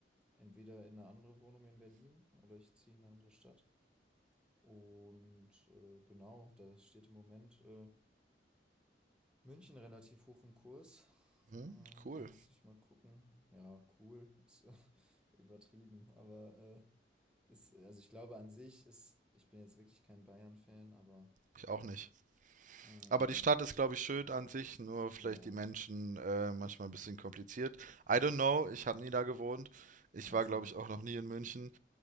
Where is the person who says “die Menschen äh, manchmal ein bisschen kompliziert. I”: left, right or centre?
Right